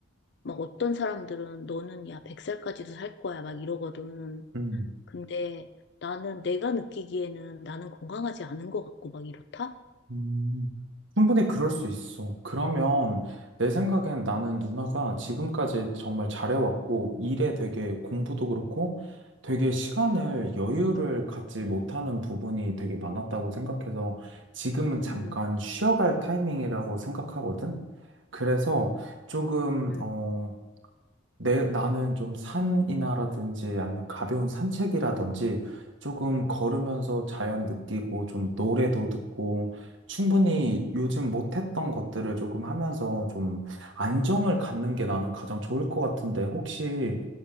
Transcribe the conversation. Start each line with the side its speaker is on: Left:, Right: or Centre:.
Left: 막 어떤 사람들은 너는 야 100살까지도 살 거야 막 이러거든.
Right: 음,
Left: 근데 나는 내가 느끼기에는 나는 건강하지 않은 것 같고 막 이렇다?
Right: 음. 충분히 그럴
Left: 응,
Right: 수 있어. 그러면 내 생각엔 나는 누나가 지금까지 정말 잘해왔고, 일에 되게 공부도 그렇고, 되게 시간을 여유를 갖지 못하는 부분이 되게 많았다고 생각해서 지금은 잠깐
Left: 응,
Right: 쉬어갈 타이밍이라고 생각하거든. 그래서
Left: 응,
Right: 조금,
Left: 응,
Right: 어, 내, 나는 좀 산이나라든지 아니면 가벼운 산책이라든지 조금 걸으면서 자연 느끼고 좀 노래도 듣고 충분히 요즘 못했던 것들을 조금 하면서 좀 안정을 갖는 게 나는 가장 좋을 것 같은데 혹시,